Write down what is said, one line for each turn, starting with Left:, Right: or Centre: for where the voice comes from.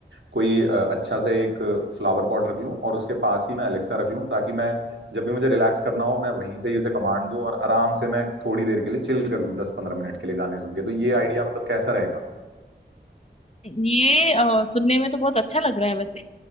Right: कोई अ, अच्छा सा एक फ्लावर पॉट रख लूँ और उसके पास ही मैं अलेक्सा रख लूँ ताकि मैं जब भी मुझे रिलैक्स करना हो मैं वहीं से ही उसे कमांड दूं और आराम से मैं थोड़ी देर के लिए चिल कर लूँ दस पंद्रह मिनट के लिए गाने सुन के तो ये आइडिया मतलब कैसा रहेगा
Left: ये अ, सुनने में तो बहुत अच्छा लग रहा है वैसे